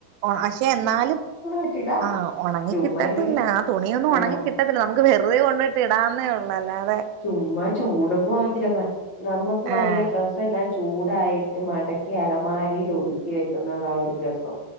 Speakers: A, on the right; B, on the left.
A: പക്ഷെ എന്നാലും
B: പറ്റൂല
A: ആ ഒണങ്ങി
B: ചുമ്മായെങ്കിലും
A: കിട്ടത്തില്ല ആ തുണിയൊന്നും ഒണങ്ങി
B: ആഹ്
A: കി ത്തില്ല നമുക്ക് വെർതെ കൊണ്ടയ്ട്ട് ഇടാന്നേ ഒള്ളൂ അല്ലാതെ
B: ചുമ്മാ ചൂടൊന്നും മാറത്തില്ല എന്നാ നമുക്ക് നല്ല
A: ആഹ്
B: ഡ്ര എല്ലാം ചൂടായിട്ട് മടക്കി അലമാരയില് ഒതുക്കി വെക്കുന്നത ഒരു രസം